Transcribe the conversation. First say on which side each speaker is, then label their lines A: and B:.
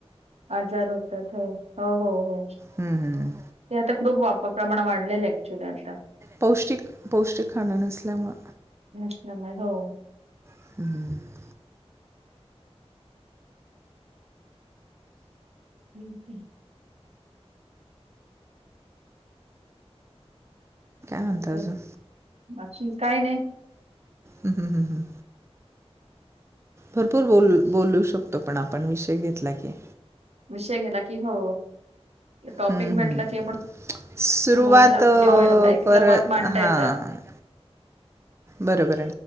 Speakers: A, on the right; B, on the right.
A: आजार होतात हो हो हो हो.
B: हं, हं.
A: ते आता खूप वाप प्रमाण वाढलेलं ऍक्च्युली आता.
B: पौष्टिक पौष्टिक खांण नसल्यामुळं.
A: <inaudible> हो
B: <inaudible>
A: <inaudible>
B: म्हणता
A: हो काय.
B: अजून?
A: बाकी काय नाही.
B: हम् हम् भरपूर बोल
A: तेच
B: बोलू शकतो. पण आपण विषय घेतला की.
A: विषय घ्याला की हो टॉपिक
B: हं,
A: भेटला
B: हं.
A: की आपण.
B: सुरुवात
A: बोलायला
B: अ, कर
A: मत मांडता
B: हां.
A: येत.
B: बरोबर